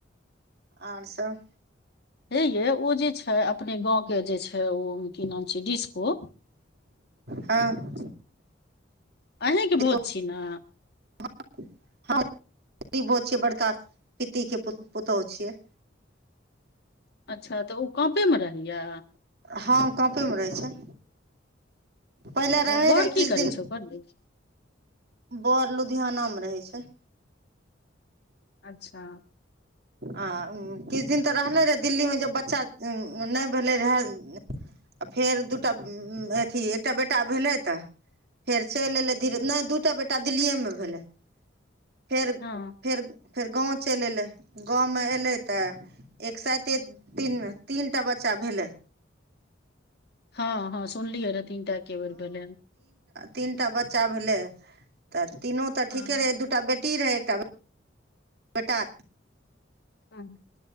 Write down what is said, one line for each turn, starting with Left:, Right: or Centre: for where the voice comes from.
Right: और सब
Left: हे ये ओ जे छै अपने गाँव केँ जे छै ओ की नाम छिय डिस्को। <inaudible>
Right: हँ
Left: अहीं केँ
Right: देखो
Left: भोज छी न
Right: <unintelligible> हँ गो छियै बड़का पितिके पुतोहु छियै।
Left: अच्छा तऽ ओ काँपे में रहैया।
Right: हा काँपे में रहै छै। पहिले
Left: ओ
Right: रहैत
Left: बर
Right: रहै
Left: की
Right: किछु
Left: करै
Right: दिन।
Left: छै ओकर यै
Right: वर लुधियाना में रहै छै।
Left: अच्छा
Right: आ किछु दिन तऽ रहलै रहए दिल्ली में जब बच्चा नहि भेलै रहए आ फेर दूटा अथी। एकटा बेटा भेलै तऽ फेर चलि एलै धीरे नहि दू टा बेटा दिल्लीए में भेलै फेर
Left: हँ
Right: फेर फेर गाँव चलि एयलै गाँव में एयलै तऽ एक सते तीन तीनटा बच्चा भेले
Left: हँ ह सुनली अर तीनटा एकेबेर भेले
Right: तीनटा बच्चा भेले तऽ तीनो तऽ
Left: हँ
Right: ठीके
Left: हँ
Right: रहे एक दूटा बेटी रहे एकट बेटा
Left: हू